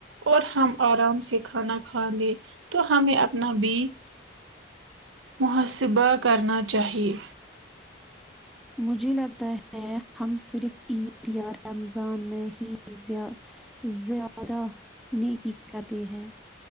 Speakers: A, on the right; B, in the centre.
A: اور ہم آرام سے کھانا کھا لے تو ہمیں اپنا بھی محاسبہ کرنا چاہیے
B: مجھے لگتا ہے ہم صرف عید یا رمضان میں ہی یا زیادہ نیکی کردی ہیں